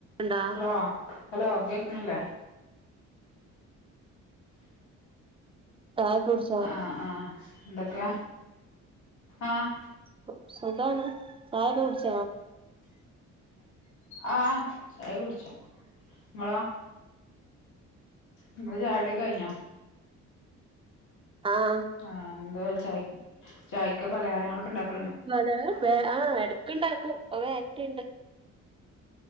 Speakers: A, on the right; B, on the left.
A: ണ്ടാ
B: hello hello കേൾക്കുന്നില്ലേ
A: ചായ കുടിച്ചോ
B: ആഹ് ആഹ് എന്തൊക്കെ ആഹ്
A: സു സുഖാണ് സായ ഒക്കെ കുട്ച്ച
B: ആ ആഹ് അത് കുട്ച്ചു ങ്ങളോ ഇങ്ങളെ ചായുടി ഒക്കെ കൈഞ്ഞ
A: ആഹ്
B: ആഹ് എന്ത് ചായിക്ക് ചായ്ക്ക് പലഹാരങ്ങളൊക്കെ ഉണ്ടാക്
A: വലെ വെ ആ എടക്ക്ണ്ടാക്കും അഅ് വെരട്ടിണ്ടാ